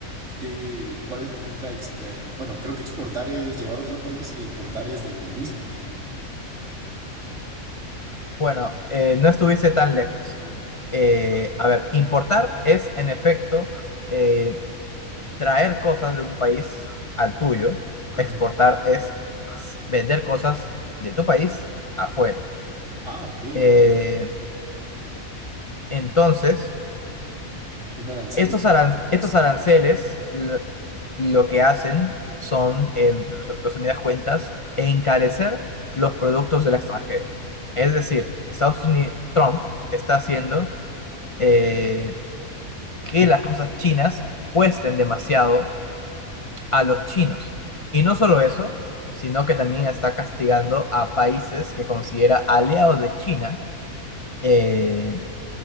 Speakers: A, on the right; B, on the left.
A: qué, cuál es la diferencia extra. Bueno, creo que exportar es llevar a otro país e importar es de en el mismo, ¿no?
B: Bueno, eh, no estuviste tan lejos. Eh, a ver, importar es en efecto eh, traer cosas de un país al tuyo.
A: Ujú.
B: Exportar es vender cosas de tu país afuera.
A: Ah, ok.
B: Eh, Entonces,
A: Un arancel
B: estos,
A: es como
B: aran-
A: un impuesto.
B: estos aranceles l- lo que hacen son, en resumidas cuentas, encarecer los productos del extranjero. Es decir, Estados Unidos, Trump está haciendo eh, que las cosas chinas cuesten demasiado a los chinos. Y no solo eso, sino que también está castigando a países que considera aliados de China, eh,